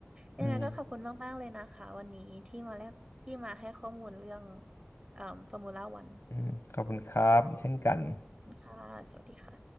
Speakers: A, on the right (about 25°); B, on the left (about 75°).
A: ยังไงก็ขอบคุณมากๆเลยนะคะวันนี้ที่มาแลกที่มาให้ข้อมูลเรื่อง
B: อืม
A: เอ่อฟอร์มูล่าวัน
B: อืมขอบคุณครับเช่นกัน
A: คุณค่ะสวัสดีค่ะ